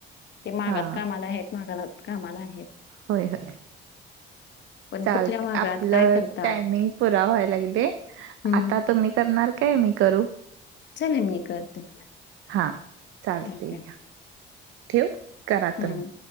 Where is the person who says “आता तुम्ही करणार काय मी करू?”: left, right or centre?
Right